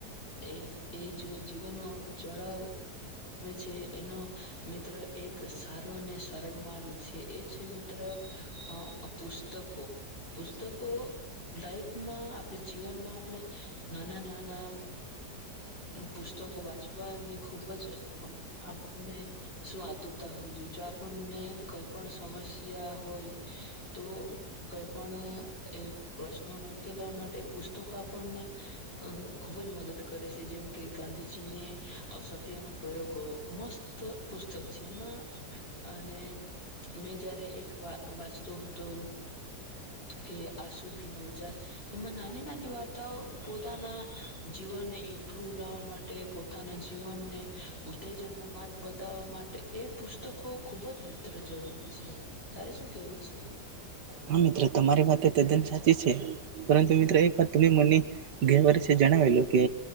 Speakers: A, on the left; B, on the right.
A: એ-એ જ જીવનમાં ચડાવ આવે છે, એનો મિત્ર એક સારો અને સરળ માર્ગ છે. એ છે મ મિત્ર અહ પુસ્તકો. પુસ્તકો લાઈફમાં આપણે જીવનમાં આપણે નાના-નાના પુસ્તકો વાંચવાની ખુબ જ અ આપણને શું આતુરતા હોવી જોઈએ. જો આપણને કઈ પણ સમસ સ્યા હોય, તો કઈ પણ એ પ્રશ્નોને ઉકેલવા માટે પુસ્તકો આપણને અહ ખુબ જ મદદ કરે છે. જેમ કે ગાંધીજીને સત્ય ના પ્રયોગો મસ્ત પુસ્તક છે, એમાં અને મે જયારે એક વા વાંચતો હતો કે હું આસુંભી નો ઉજાસ, એમાં નાની-નાની વાર્તાઓ પોતાના જીવનને ઇમ્પ્રુવ લાવવા માટે, પોતાના જીવનને ઉત્તેજનનો માર્ગ બતાવવા માટે એ પુસ્તકો ખુબ જ મિત્ર જરૂરી છે. તારે શું કેવું છે?
B: હા મિત્ર તમારી એય વાત તદ્દન સાચી છે. પરંતુ મિત્ર એક વાર તમે મને ગયે વર્ષે જણાવેલું કે